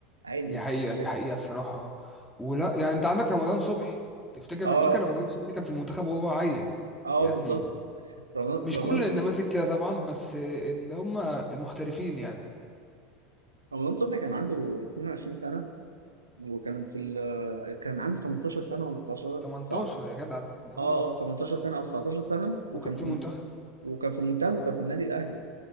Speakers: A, on the right; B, in the centre.
A: عادي
B: دي
A: ما
B: حقيقه
A: فيش مشاكل
B: دي حقيقه بصراحه ولا يعني انت عندك رمضان صبحي تفتكر
A: اه
B: فاكر رمضان صبحي كان في المنتخب وهو عيل
A: اه
B: يعني
A: بالظبط رمضان
B: مش
A: رمضان
B: كل النماذج كده طبعا بس اللي هم المحترفين يعني
A: رمضان صبحي كان عنده 22 سنه وكان في ال... كان عنده 18 سنه ولا 19
B: 18
A: 19
B: يا جدع اه
A: اه اه 18 سنه او 19 سنه وكان
B: وكان في
A: في
B: المنتخب
A: وكان في منتخب وكان في النادي الاهلي